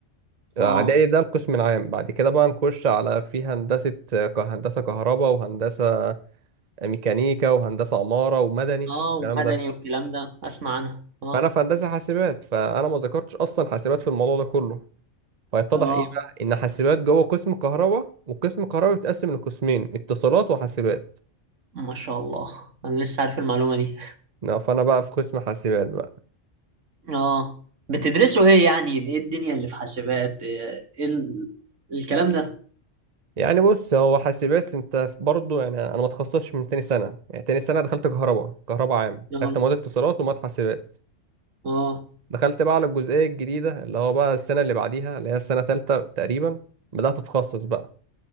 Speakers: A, on the right; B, on the right.
A: آه،
B: اه
A: إعدادي ده القسم العام بعد كده بقى نخش على في هندسة آه، ك- هندسة كهرباء وهندسة ميكانيكا وهندسة عمارة ومدني
B: اه
A: والكلام
B: ومدني
A: ده
B: والكلام ده اسمع عنها اه
A: فأنا في هندسة حاسبات فأنا ما ذكرتش أصلا حاسبات في الموضوع ده كله فيتضح
B: اه
A: ايه بقى ان حاسبات جوه قسم كهرباء وقسم كهرباء بيتقسم لقسمين اتصالات وحاسبات
B: ما شاء الله انا لسه عارف المعلومة دي
A: نعم، فانا بقى في قسم حاسبات بقى
B: اه بتدرسوا ايه يعني ايه الدنيا اللي في حاسبات ايه إيه ال... الكلام ده
A: يعني بص هو حاسبات انت برضه يعني انا ما اتخصصتش من تاني سنه يعني تاني سنه دخلت كهرباء كهرباء عام
B: اه
A: خدت مواد اتصالات ومواد حاسبات
B: اه
A: دخلت بقى على الجزئيه الجديده اللي هو بقى السنه اللي بعديها اللي هي في سنه تالته تقريبا بدات اتخصص بقى